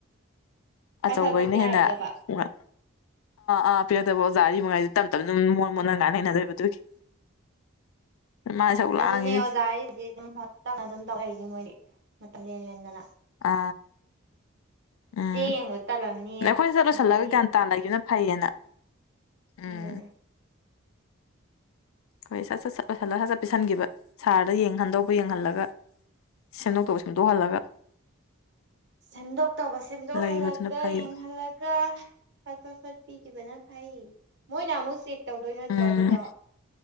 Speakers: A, on the right; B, on the left.
A: ꯐꯠ
B: ꯑꯆꯧꯕꯩꯅ
A: ꯐꯠ ꯐꯠ ꯄꯤꯅꯔꯛꯇꯕ
B: ꯍꯦꯟꯅ ꯑꯥ ꯑꯥ ꯄꯤꯔꯗꯕ ꯑꯣꯖꯥꯗꯤ ꯅꯨꯡꯉꯥꯏ ꯇꯞ ꯇꯞꯅ ꯑꯗꯨꯝ ꯃꯣꯟ ꯃꯣꯅ ꯉꯥꯏ ꯂꯩꯅꯗꯣꯏꯕ ꯑꯗꯨꯒꯤ ꯃꯥꯏ ꯁꯔꯨꯛ
A: ꯑꯗꯨꯅꯦ
B: ꯂꯥꯡꯉꯤꯁꯦ
A: ꯑꯣꯖꯥ ꯍꯥꯏꯔꯤꯕꯗꯤ ꯑꯗꯨꯝ ꯍꯣꯄꯤꯇꯥ ꯑꯗꯨꯝ ꯇꯧꯔꯛꯏꯅꯤ ꯃꯣꯏꯗꯤ ꯃꯇꯝ ꯂꯦꯟ ꯂꯦꯟꯗꯅ
B: ꯑ ꯎꯝ
A: ꯆꯦ ꯌꯦꯡꯕꯗ ꯇꯜꯂꯝꯅꯤ
B: ꯑꯗ ꯑꯩꯈꯣꯏꯅ ꯆꯠꯂꯨꯁꯜꯂꯒ
A: ꯀꯩꯁꯨ
B: ꯒ꯭ꯌꯥꯟ ꯇꯥꯜꯂꯒꯦꯅ ꯐꯩꯌꯦꯅ
A: ꯦ
B: ꯎꯝ ꯍꯣꯏ ꯁꯠ ꯁꯠ ꯁꯠ ꯂꯜꯂ ꯁꯠ ꯆꯠ ꯄꯤꯁꯟꯈꯤꯕ ꯁꯥꯔꯗ ꯌꯦꯡꯍꯟꯗꯧꯕ ꯌꯦꯡꯍꯜꯂꯒ ꯁꯦꯝꯗꯣꯛꯇꯣꯛ ꯁꯦꯝꯗꯣꯛꯍꯜꯂꯒ
A: ꯁꯦꯝꯗꯣꯛꯇꯧꯕ ꯁꯦꯝꯗꯣꯛꯍꯜꯂꯒ
B: ꯂꯩꯕꯗꯨꯅ ꯐꯩꯌꯦꯕ
A: ꯌꯦꯡꯍꯜꯂꯒ ꯆꯠꯠꯇꯣ ꯆꯠꯠꯇꯄꯤ ꯆꯈꯤꯕꯅ ꯐꯩ ꯃꯣꯏꯅ ꯑꯃꯨꯛ ꯆꯦꯛ ꯇꯧꯗꯣꯏ ꯅꯠꯇ꯭ꯔꯣ
B: ꯎꯝ
A: ꯑꯗꯨꯗꯣ